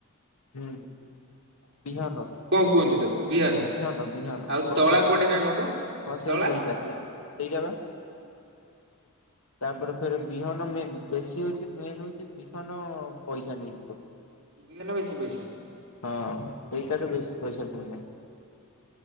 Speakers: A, on the left; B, on the right.
A: ହୁଁ। ବିହାନ
B: କଣ କୁହନ୍ତି ତାକୁ ବିହନ
A: ବିହାନ ବିହାନ
B: ଆଉ
A: ଗଜା।
B: ତଳା ପଡେ ନା କଣ ବା
A: ହଁ ସେଇ
B: ତଳା
A: ସେଇଟା
B: ହଁ
A: ସେଇଟା ସେଇଟା ବା। ତାପରେ ଫେର ବିହନ ମେନେ ବେଶୀ ହଉଛି ମେନେ ହଉଛି ବିହନ ପଇସା ନେଇଯିବ। ହ
B: ବିହନ ବେଶୀ ପଇସା।
A: ହଁ ସେଇଟା ରେ ବେଶୀ ପଇସା <unintelligible> ଦଯ